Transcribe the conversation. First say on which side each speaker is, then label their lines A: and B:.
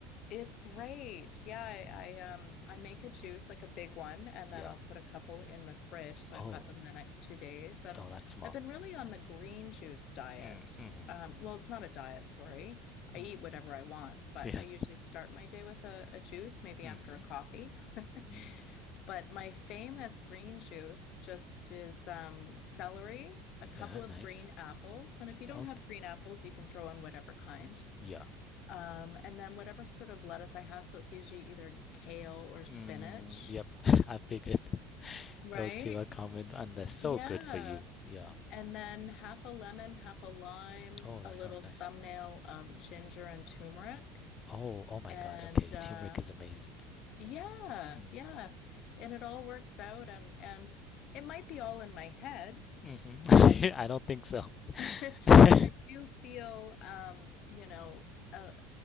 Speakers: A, on the left; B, on the left.
A: It's great. Yeah, I,
B: Mm.
A: I um I make a juice like a big one and
B: Yeah.
A: then I'll put a couple in the fridge so I've
B: Oh.
A: got them the next two days and
B: Oh, that's smart.
A: I've been really on the green juice diet.
B: Mm, mm-hmm.
A: Um well, it's not a diet, sorry. I
B: Mm.
A: eat whatever I want, but
B: <laughs> Yeah.
A: I usually start my day with a, a juice, maybe
B: Mm-hmm.
A: after a coffee. <laughs>
B: Mm.
A: But my famous
B: <laughs>
A: green juice just is um celery,
B: Yeah,
A: a couple
B: nice.
A: of green apples, and if you don't
B: Okay.
A: have green apples, you can throw in whatever kind.
B: Yeah.
A: Um, and then whatever sort of lettuce I have, so it's usually either kale or spinach,
B: Mm, yep. <laughs> I figured <laughs>
A: right?
B: those two are common and they're so
A: Yeah.
B: good for you. Yeah.
A: And then half a lemon, half a lime,
B: Oh, that
A: a
B: sounds
A: little
B: nice.
A: thumbnail of ginger and turmeric.
B: Oh, oh my
A: And
B: God. Okay.
A: uh
B: Turmeric is amazing.
A: yeah,
B: Mm.
A: yeah. And it all works out and and it might be all in my head,
B: hmm
A: but
B: <laughs> I don't think so.
A: <laughs> I
B: <laughs>
A: do feel um, you know, a